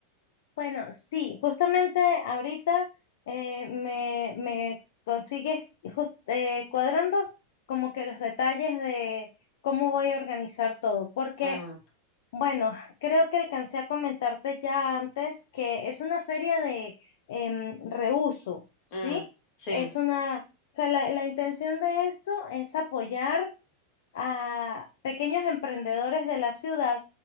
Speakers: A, on the left; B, on the left.
A: Bueno, sí, justamente ahorita eh, me, me consigues jus- eh, cuadrando como que los detalles de cómo voy a organizar todo, porque
B: Mm,
A: bueno, creo que alcancé a comentarte ya antes que es una feria de em, reuso, ¿sí?
B: mm, sí.
A: Es una, o sea, la, la intención de esto es apoyar a pequeños emprendedores de la ciudad.